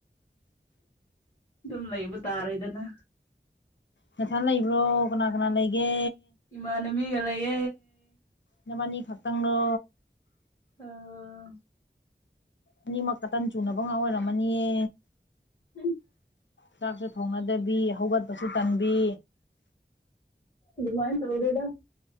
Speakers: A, on the left; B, on the left.
A: ꯑꯗꯨꯝ ꯂꯩꯕ ꯇꯥꯔꯦꯗꯅ
B: ꯅꯊꯥ ꯂꯩꯕ꯭ꯔꯣ ꯀꯅꯥ ꯀꯅꯥ ꯂꯩꯒꯦ
A: ꯏꯃꯥꯅ ꯃꯤꯒꯑꯦ
B: ꯅꯕꯥꯅꯤ ꯈꯛꯇꯪꯣ
A: ꯑꯥ
B: ꯑꯅꯤꯃꯛꯛꯇꯇꯟ ꯆꯨꯅꯕ ꯉ ꯑꯣꯏꯔꯝꯃꯅꯤꯌꯦ
A: ꯎꯝ
B: ꯆꯥꯛꯁꯨ ꯊꯣꯡꯅꯗꯕꯤ ꯍꯧꯒꯠꯄꯁꯨ ꯇꯟꯕꯤ
A: ꯔꯃꯥꯏꯟ ꯇꯧꯗꯦꯗ